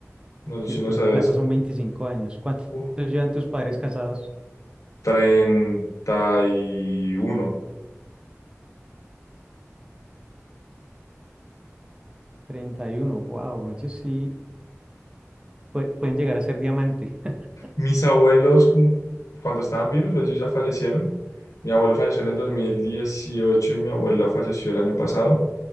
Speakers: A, on the left (about 90°); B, on the right (about 20°).
A: No, yo
B: que
A: sí no
B: creo
A: sé
B: que
A: de
B: plata
A: eso.
B: son 25 años. ¿Cuántos
A: Uh,
B: llevan tus padres casados?
A: treinta y uno.
B: 31. wow, ellos sí pue- pueden llegar a ser diamante. <laughs>
A: Mis abuelos, cum- cuando estaban vivos, pues ellos ya fallecieron. Mi abuelo falleció en el 2018 y mi abuela falleció el año pasado.